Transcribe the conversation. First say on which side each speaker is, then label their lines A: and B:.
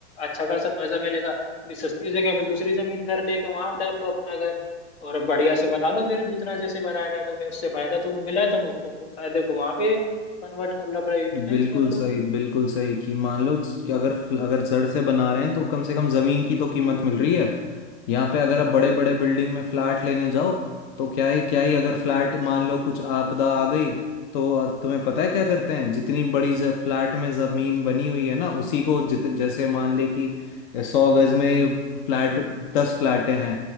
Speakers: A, on the left; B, on the left.
A: अच्छा खासा पैसा मिलेगा थोड़ी सस्ती जगह पे दूसरी जमीन घर लेके वहां डाल लो अपना घर और बढ़िया से बना लो फिर जितना जैसे बनाना है तुम्हें उससे फायदा तो मिला है तुम उसको फायदे को वहां पे कन्वर्ट कर लो अपना यूटिलाइज
B: बिल्कुल
A: कर
B: सही
A: लो
B: बिल्कुल सही कि मान लो कि अगर अगर जड़ से बना रहे हैं तो कम से कम जमीन की तो कीमत मिल रही है यहाँ पे अगर आप
A: हाँ
B: बड़े बड़े बिल्डिंग में फ्लैट लेने जाओ तो क्या ही क्या ही अगर फ्लैट मान लो कुछ आपदा आ गई तो तुम्हें पता है क्या करते हैं जितनी बड़ी ज- फ्लैट में जमीन बनी हुई है ना उसी को जित जैसे मान ले कि सौ गज में फ्लैट दस फ्लैटें हैं